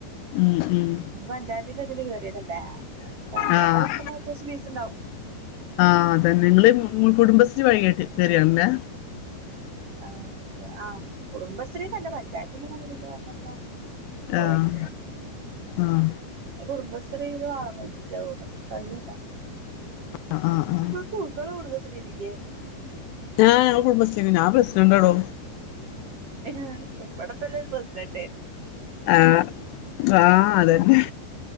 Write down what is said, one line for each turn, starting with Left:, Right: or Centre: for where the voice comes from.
Left: ഉം ഉം
Right: പഞ്ചായത്തിന്റെതില് കേറിയതല്ലേ ആഹ് സാധാരണ
Left: ആഹ്
Right: പഠിക്കുമ്പോ അത്യാവശ്യം ഫീസ്ണ്ടാവും.
Left: ആഹ് അതന്നെ നിങ്ങള് കുടുംബശ്രീ വഴി കേറിയതാണല്ലേ
Right: ആഹ് ആഹ് കുടുംബശ്രീന്റെയല്ല പഞ്ചായത്തിങ്ങനെ വന്നപ്പോ പോയോക്കിയതാ
Left: ആഹ് ആഹ്
Right: കുടുംബശ്രീയിലും ആവണെന്നൊന്നുംല്ല തോന്നിണ് <unintelligible>
Left: ആഹ് ആഹ് ആഹ്
Right: പ്പോ ഇങ്ങൾ കുടുംബശ്രീലൊന്നുല്ലേ
Left: ആഹ് ഞങ്ങള് കുടുംബശ്രീണ്ട് ഞാ പ്രസ്ഡന്റാടോ.
Right: എഹ് ഇബടെണ്ടല്ലോ ഒര് പ്രെസ്ഡൻ്റ്
Left: ആഹ് ആഹ് അതന്നെ